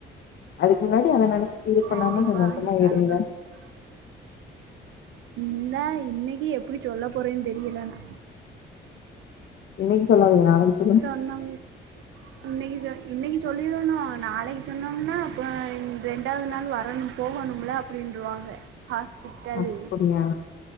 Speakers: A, on the left; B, on the right.
A: அதுக்கு முன்னாடி அத நெனச்சு ஃபீல்
B: கண்டிப்பா
A: பண்ணாம சந்தோஷமா
B: <unintelligible>
A: இருங்க
B: ன்னா இன்னைக்கு எப்டி சொல்ல போறேன்னு தெரியல நா
A: இன்னைக்கு சொல்லாதீங்க நாளைக்கு ச்
B: சொன்னோம் இன்னக்கி சொ இன்னக்கி சொல்லிறணு நாளைக்கு சொன்னோம்னா அப்ப ரெண்டாவது நாள் வரணு போகணும்மல அப்படின்றவாங்க ஹாஸ்பிட்டல்
A: அப்டியா